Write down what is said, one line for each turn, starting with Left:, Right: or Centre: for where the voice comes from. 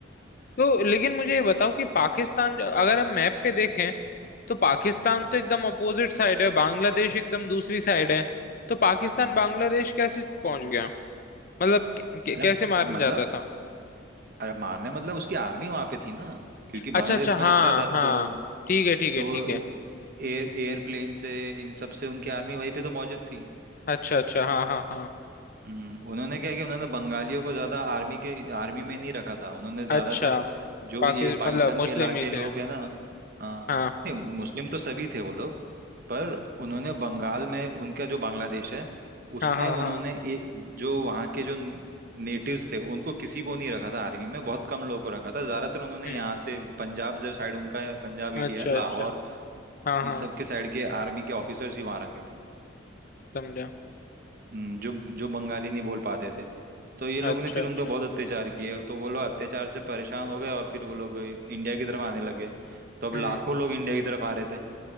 Left: तो लेकिन मुझे ये बताओ कि पाकिस्तान अगर हम मैप पे देखें तो पाकिस्तान
Right: हम्म
Left: तो एकदम अपोजिट साइड है बांग्लादेश एकदम दूसरी साइड है तो पाकिस्तान
Right: हम्म
Left: बांग्लादेश कैसे पहुंच गया मतलब क- क-
Right: अरे
Left: कैसे मारने
Right: मतलब
Left: जाता था
Right: अरे मारने मतलब उसकी आर्मी वहां पे थी ना क्योंकि बांग्लादेश
Left: अच्छा अच्छा
Right: का
Left: हाँ
Right: हिस्सा था
Left: हाँ
Right: तो
Left: ठीक है ठीक है
Right: तो
Left: ठीक है
Right: एयर एयरप्लेन से इन सब से उनकी आर्मी वहीं पे तो मौजूद थी
Left: अच्छा अच्छा हाँ हाँ हाँ
Right: हम्म, उन्होंने क्या किया उन्होंने बंगालियों को ज्यादा आर्मी के आर्मी में नहीं रखा था उन्होंने ज्यादातर
Left: अच्छा
Right: जो
Left: पाकि
Right: ये पाकिस्तान
Left: मतलब मुस्लिम
Right: के इलाके
Left: ही
Right: लोग
Left: थे
Right: है ना हाँ
Left: हाँ
Right: नहीं मुस्लिम तो सभी थे वो लोग पर उन्होंने बंगाल में उनका जो बांग्लादेश है उसमें
Left: हाँ हाँ
Right: उन्होंने
Left: हाँ
Right: ए, जो वहाँ के जो नेटिव्स थे उनको किसी को नहीं रखा था आर्मी में बहुत कम लोगों को रखा था ज्यादातर उन्होंने
Left: हम्म
Right: यहाँ से पंजाब जो साइड उनका है, पंजाब एरिया
Left: अच्छा
Right: है लाहौर
Left: अच्छा हाँ
Right: ये
Left: हाँ
Right: सब के साइड के आर्मी के ऑफिसर्स ही वहाँ रखे थे
Left: समझा
Right: हम्म, जो जो बंगाली नहीं बोल पाते थे तो ये लोग
Left: अच्छा
Right: ने फिर
Left: अच्छा
Right: उन पे बहुत अत्याचार किए तो वो लोग अत्याचार से परेशान हो गए और फिर वो लोग इंडिया की तरफ आने लगे तो अब
Left: हम्म
Right: लाखों लोग इंडिया की तरफ आ रहे थे